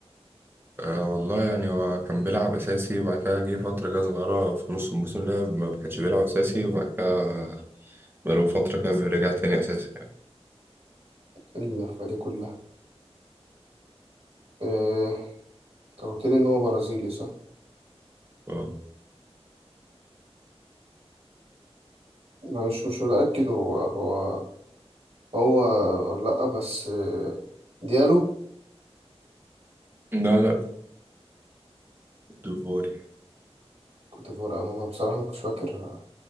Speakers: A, on the right; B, on the right.
A: آه والله يعني هو كان بيلعب أساسي وبعد كده جه فترة كده صغيرة في نص الموسم لعب ما كانش بيلعب أساسي وبعد كده بقاله فترة كده رجع تاني أساسي يعني
B: اللفة دي كلها آه، أنت قلت لي إن هو برازيلي صح؟
A: اه
B: أنا مش مش متأكد هو هو هو ولا لأ بس آه، ديالو
A: لا لا ديفوري
B: كوتيفوار أنا بصراحة ما كنتش فاكر